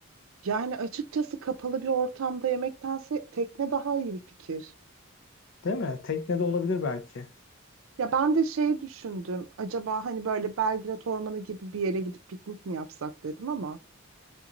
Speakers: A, on the right (about 70°); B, on the left (about 60°).
A: Yani açıkçası kapalı bir ortamda yemektense tekne daha iyi bir fikir.
B: Değil mi? Teknede olabilir belki.
A: Ya ben de şey düşündüm. Acaba hani böyle Belgrad Ormanı gibi bir yere gidip piknik mi yapsak dedim ama.